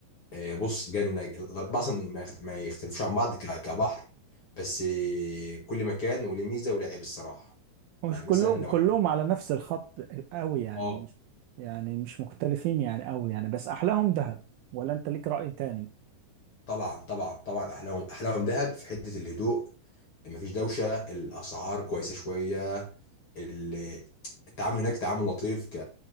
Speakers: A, on the left; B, on the right.
A: آه، بص جنه الاربعه اصلا ما ما يختلفوش عن بعض ك- كبحر بس آه، كل مكان وليه ميزه وليه عيب الصراحه
B: مش
A: يعني مثلا
B: كلهم
A: لو
B: كلهم على نفس الخط قوي يعني
A: اه
B: مش يعني مش مختلفين يعني قوي يعني بس احلاهم دهب ولا انت ليك رأي تاني
A: طبعا طبعا طبعا احلاهم احلاهم دهب في حته الهدوء مفيش دوشه الاسعار كويسه شويه ال- التعامل هناك تعامل لطيف ك...